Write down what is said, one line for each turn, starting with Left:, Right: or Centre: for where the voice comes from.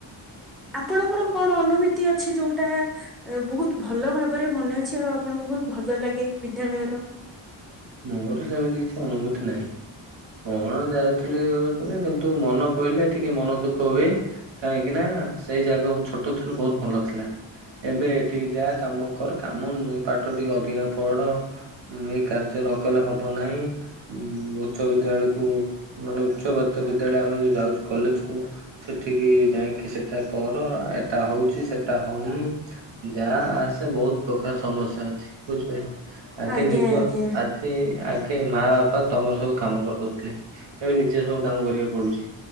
Centre: ଆପଣଙ୍କର କଣ ଅନୁଭୂତି ଅ ଛି? ଯୋଉଟା ବହୁତ ଭଲ ଭାବରେ ମନେ ଅଛି ଆଉ ଆପଣଙ୍କୁ ବହୁତ ଭଲ ଲାଗେ ବିଦ୍ୟାଳୟର?
Right: ମୋର ସେମିତି କିଛି ଅନୁଭୂତି ନାହିଁ। କଣ ଯାଇଥିଲି କିନ୍ତୁ ମନ ପହିଲେ ଟିକେ ମନ ଦୁଃଖ ହୁଏ। କାହିଁକି ନା ସେଇ ଜାଗା ଛୋଟ ଥିଲୁ ବହୁତ ଭଲ ଥିଲା। ଏବେ ଏଠିକି ଯା କାମ କର କାମ ନୁହେଁ ପାଠ ଟିକେ ଅଧିକା ପଢ ଏ କାର୍ଯ୍ୟ ନକଲେ ହବ ନାହିଁ। ଉଚ୍ଚ ବିଦ୍ୟାଳୟକୁ ମାନେ ଉଚ୍ଚ ବିଦ୍ୟାଳୟ ଆମେ ଯଉ ଯାଉଛୁ କଲେଜ କୁ ସେଠିକି ଯାଇକି ସେଟା କର ଏଟା ହଉଛି ସେଟା ହଉନି। ଯାହା ଆସେ ବହୁତ ପ୍ରକାର ସମସ୍ୟା ଅଛି ବୁଝିପାରିଲି ଆଗେ
Centre: ଆଜ୍ଞା
Right: ନିଜ
Centre: ଆଜ୍ଞା।
Right: ସେ ଆଗେ ମା ବାପା ତମର ସବୁ କାମ କରିଦଉଥିଲେ ଏବେ ନିଜେ ସବୁ କାମ କରିବାକୁ ପଡୁଛି।